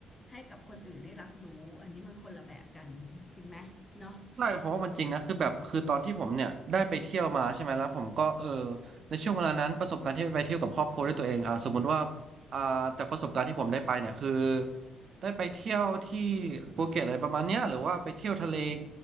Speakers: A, on the left (about 15°); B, on the right (about 55°).
A: ให้กับคนอื่นได้รับรู้อันนี้มันคนละแบบกันจริงไหมเนาะความจุดประสงค์กัน
B: ใช่เพราะว่ามันจริงนะคือแบบคือตอนที่ผมเนี่ยได้ไปเที่ยวมาใช่ไหมแล้วผมก็เออในช่วงเวลานั้นประสบการณ์ที่ไปเที่ยวกับครอบครัวด้วยตัวเองอ่าสมมุติว่าอ่าจากประสบการณ์ที่ผมได้ไปเนี่ยคือได้ไปเที่ยวที่ภูเก็ตอะไรประมาณเนี้ยหรือว่าไปเที่ยวทะเล
A: อืม